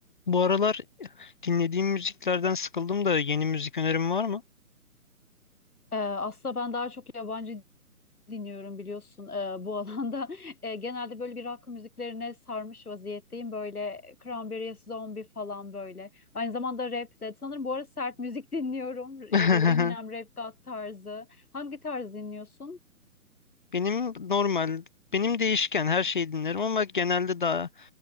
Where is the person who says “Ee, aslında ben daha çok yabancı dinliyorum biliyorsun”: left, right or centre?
Left